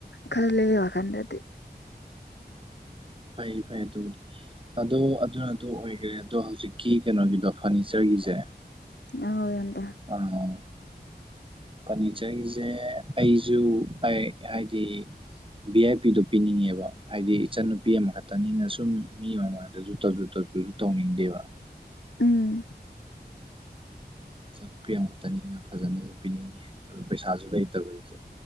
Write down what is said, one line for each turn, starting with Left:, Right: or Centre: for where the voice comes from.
Left: ꯈꯜꯂꯦ ꯑꯩ ꯋꯥꯈꯟꯗꯗꯤ
Right: ꯐ ꯐꯩ ꯑꯗꯨꯕꯨꯗꯤ ꯑꯗꯣ ꯑꯗꯨꯅꯗꯣ ꯑꯣꯏꯒꯔꯦ ꯑꯗꯣ ꯍꯧꯖꯤꯛꯀꯤ ꯀꯩꯅꯣꯒꯤꯗꯣ ꯐꯔꯅꯤꯆꯔꯒꯤꯁꯦ
Left: ꯅꯪ <unintelligible>
Right: ꯑ ꯐꯔꯅꯤꯆꯔꯒꯤꯁꯦ ꯑꯩꯁꯨ ꯚꯥꯏ ꯍꯥꯏꯗꯤ ꯚꯤ ꯑꯥꯏ ꯄꯤꯗꯣ ꯄꯤꯅꯤꯡꯉꯦꯕ ꯍꯥꯏꯗꯤ ꯏꯆꯟ ꯅꯨꯨꯄꯤ ꯑꯃꯈꯛꯇꯅꯤꯅ ꯁꯨꯝ ꯃꯤ ꯃꯃꯥꯡꯗꯁꯨ ꯇꯥꯖꯣꯞ ꯇꯖꯣꯞ ꯇꯧꯅꯤꯡꯗꯦꯕ
Left: ꯎꯝ
Right: ꯏꯆꯥꯟ ꯅꯨꯨꯄꯤ ꯑꯃꯈꯥꯛꯇꯅꯤꯅ ꯐꯖꯅ ꯄꯤꯅꯤꯡꯉꯦ ꯑꯗꯣ ꯄꯩꯁꯥꯁꯨ ꯂꯩꯇꯕ ꯑꯩꯁꯦ